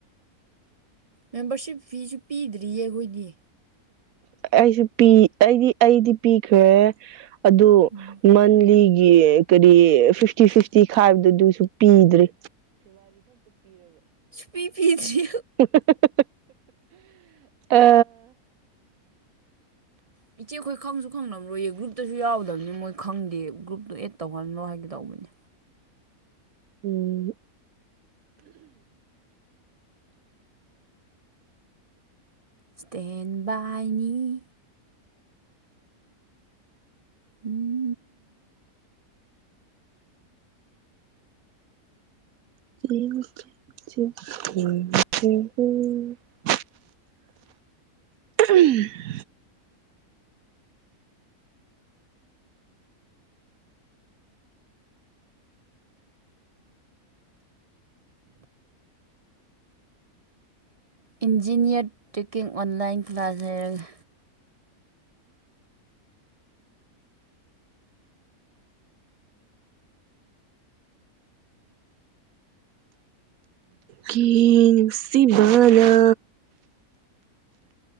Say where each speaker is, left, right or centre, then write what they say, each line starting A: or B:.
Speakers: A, on the right; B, on the right.
A: ꯃꯦꯝꯕꯔꯁꯤꯞ ꯐꯤꯁꯨ ꯄꯤꯗ꯭ꯔꯤꯌꯦ ꯑꯩꯈꯣꯏꯗꯤ
B: ꯑꯩꯁꯨ ꯄꯤ ꯑꯩꯗꯤ ꯑꯩꯗꯤ ꯄꯤꯈ꯭ꯔꯦ ꯑꯗꯨ
A: ꯎꯝ
B: ꯃꯟꯂꯤꯒꯤ ꯀꯔꯤ ꯐꯤꯇꯤ ꯐꯤꯐꯇꯤ ꯐꯥꯏꯚꯁꯨ ꯄꯤꯗ꯭ꯔꯔꯤ
A: ꯄꯤꯤ ꯄꯤꯁꯤ
B: <unintelligible> ꯑ
A: ꯑ ꯏꯆꯦ ꯑꯩꯈꯣꯏ ꯈꯪꯁꯨ ꯈꯪꯂꯝꯔꯣꯏꯌꯦ ꯒ꯭ꯔꯨꯞꯇꯁꯨ ꯌꯥꯎꯗꯕꯅꯤ ꯃꯣꯏ ꯈꯪꯗꯦ ꯒ꯭ꯔꯨꯞꯇꯨ ꯑꯦꯠ ꯇꯧꯍꯜꯂꯣ ꯍꯥꯏꯒꯦ ꯇꯧꯕꯅꯦ
B: ꯎꯝ
A: ꯁꯇꯦꯟꯕꯥꯏꯅꯤ ꯎꯝ
B: <unintelligible> ꯎ
A: ꯏꯟꯖꯤꯅꯤꯌꯥꯔ ꯇꯦꯛꯀꯤꯡ ꯑꯣꯟꯂꯥꯏꯟ ꯀ꯭ꯂꯥꯁ ꯍꯥꯏꯔꯒ
B: ꯀ ꯁꯤꯕꯥꯂ